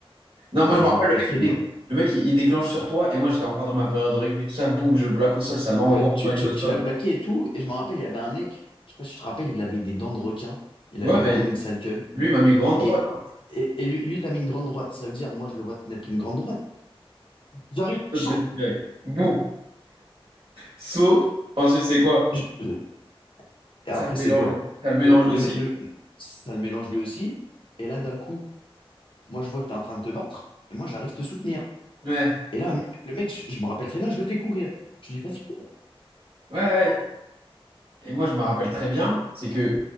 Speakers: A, on the right; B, on the left.
A: Non, moi,
B: Alors,
A: je me
B: je
A: rappelle,
B: m'en rappelle
A: le mec,
B: très
A: il,
B: bien.
A: dé- le mec, il- il déclenche sur toi, et moi, j'étais encore dans ma période de rugby, tout ça, boum, je le plaque au sol, ça l'envoie
B: Ouais, tu,
A: quand il
B: tu,
A: est au sol.
B: tu l'as plaqué et tout. Et je me rappelle, il y avait un mec, je sais pas si tu te rappelles, il avait des dents de requin. Il
A: Ouais,
B: avait
A: mais
B: vraiment une sale gueule.
A: lui, il m'a mis grande droite.
B: Et, et, et lui, lui t'as mis une grande droite. Ça veut dire, moi, je le vois te mettre une grande droite. J'arrive,
A: Saute
B: chaud.
A: de direct. Boum. Saut. Ensuite, c'est quoi?
B: Je- je- Et
A: Ça
B: après,
A: le mélange.
B: c'est quoi?
A: Ça le mélange
B: Le, le,
A: aussi.
B: mec- le, mec- ça le mélange lui aussi. Et là, d'un coup, moi, je vois que t'es en train de te battre. Et moi, j'arrive te soutenir.
A: Ouais.
B: Et là, le mec, je, je me rappelle très bien, je le fais courir. Je lui dis, vas-y, cours,
A: Ouais, ouais.
B: cours.
A: Et moi, je me rappelle très bien, c'est que